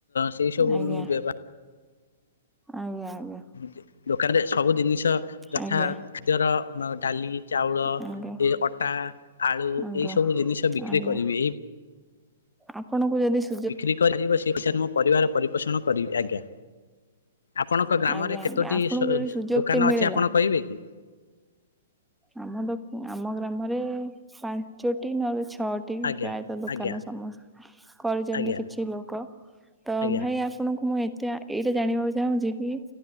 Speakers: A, on the left; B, in the centre.
A: ସେଇ ସବୁ
B: ଆଜ୍ଞା
A: ମୁଁ ବ୍ୟବ
B: ଆଜ୍ଞା ଆଜ୍ଞା।
A: ଦେ-ଦୋକାନରେ ସବୁ ଜିନିଷ ଯଥା
B: ଆଜ୍ଞା
A: ଖାଦ୍ୟର ମ୍ ଡାଲି ଚାଉଳ
B: ଆଜ୍ଞା
A: ଏ ଅଟା ଆଳୁ ଏଇ
B: ଆଜ୍ଞା
A: ସବୁ ଜିନିଷ ବିକ୍ରି
B: ଆଜ୍ଞା
A: କରିବି ଏଇ
B: ଆପଣଙ୍କୁ ଯଦି ସ୍
A: ବିକ୍ରି କରାଯିବ ସେ ପଇସାରୁ ମୋ ପରିବାର ପରିପୋଷଣ କରିବି ଆଜ୍ଞା। ଆପଣଙ୍କ ଗ୍ରାମରେ
B: ଆଜ୍ଞା
A: କେତୋଟି
B: ଆଜ୍ଞା ଆପଣଙ୍କୁ
A: ସ-ସ୍-ଦୋକାନ
B: ଯଦି ସୁଯୋଗଟି ମିଳିଲା
A: ଅଛି ଆପଣ କହିବେ କି?
B: ଆମ ଦୋ ଆମ ଗ୍ରାମରେ ପାଞ୍ଚୋଟି ନହଲେ ଛଅଟି ଟି
A: ଆଜ୍ଞା
B: ପ୍ରାୟତଃ ଦୋକାନ
A: ଆଜ୍ଞା
B: ସମସ୍ତ କରିଚନ୍ତି
A: ଆଜ୍ଞା
B: କିଛି ଲୋକ। ତ
A: ଆଜ୍ଞା
B: ଭାଇ
A: ଆଜ୍ଞା
B: ଆପ୍ ଆପଣଙ୍କୁ ମୁଁ ଏତେ ଏଇଟା ଜାଣିବାକୁ ଚାହୁଁଛି କି